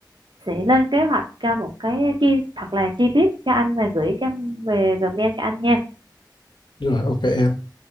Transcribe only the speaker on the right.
sẽ lên kế hoạch cho một cái chi thật là chi tiết cho anh và gửi cho anh về Gmail cho anh nha.